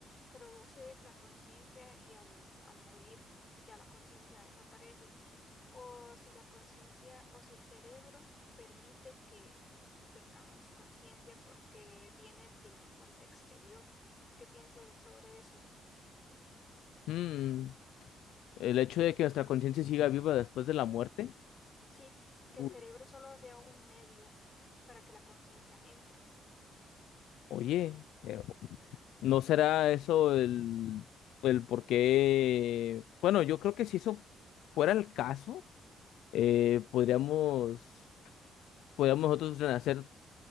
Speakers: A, on the left; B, on the left.
A: produce la conciencia y al, al morir ya la conciencia desaparece o si la conciencia o si el cerebro permite que tengamos conciencia porque viene de una fuente exterior. ¿Qué piensas sobre eso?
B: Mm, el hecho de que nuestra conciencia siga viva después de la muerte,
A: Sí, que
B: uy,
A: el cerebro solo sea un medio para que la conciencia entre.
B: oye, eh, ¿no será eso el, el por qué? Bueno, yo creo que si eso fuera el caso, eh, podríamos podamos nosotros renacer